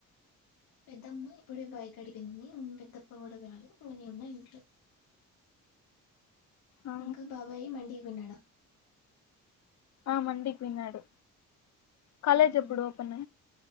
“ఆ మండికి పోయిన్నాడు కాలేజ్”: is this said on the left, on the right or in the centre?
Left